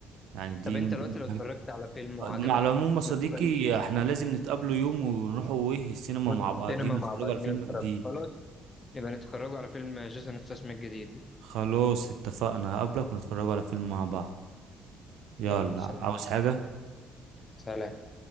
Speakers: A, on the right; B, on the left.
A: يعني دي
B: طب انت
A: من
B: دلوقتي
A: ضمن
B: لو اتفرجت
A: الحاجات
B: على فيلم وعجبك
A: مع العموم يا صديقي
B: بتقيم
A: احنا لازم نتقابله يوم ونروحوا ايه السينما
B: خش
A: مع
B: السينما
A: بعضينا
B: مع
A: نتفرجوا
B: بعضين
A: على فيلم
B: نتفرج
A: جديد
B: خلاص يبقى نتفرجوا على فيلم جيسون ستاثام الجديد
A: خلاص اتفقنا هقابلك ونتفرجوا على فيلم مع بعض يلا
B: يلا سلام
A: عاوز حاجة
B: سلام